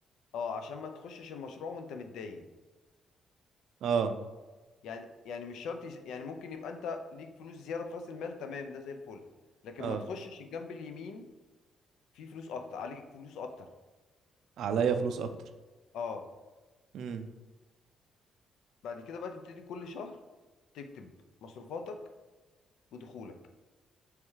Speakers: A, on the left (about 80°); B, on the right (about 75°).
A: اه عشان ما تخشش المشروع وانت متداين
B: اه
A: يعني يعني مش شرط يس- يعني ممكن يبقى انت ليك فلوس زياده في راس المال تمام ده زي الفل لكن
B: اه
A: ما تخشش الجنب اليمين فيه فلوس اكتر عليك فلوس اكتر
B: عليا فلوس اكتر
A: اه
B: امم
A: بعد كده بقى تبتدي كل شهر تكتب مصروفاتك ودخولك